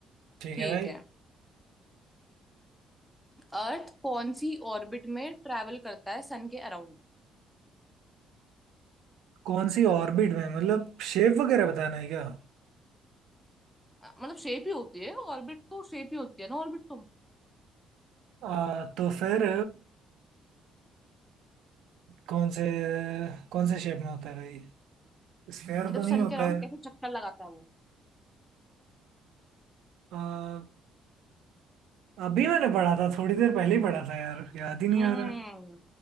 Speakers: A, on the right; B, in the centre.
A: ठीक
B: ठीक
A: है भाई
B: है अर्थ कौन सी ऑर्बिट में ट्रैवल करता है सन के अराउंड
A: कौन सी ऑर्बिट में मतलब शेप वगैरह बताना है क्या
B: मतलब शेप ही होती है ऑर्बिट तो शेप ही होती है ना ऑर्बिट तो
A: आ, तो फिर कौन से कौन से शेप में होता है भाई स्फेयर
B: मतलब
A: तो नहीं
B: सन
A: होता
B: के अराउंड
A: है
B: कैसे चक्कर लगाता है वो
A: आ, अभी मैंने पढ़ा था थोड़ी देर पहले ही पढ़ा था यार याद
B: हम्म
A: ही नहीं आ रहा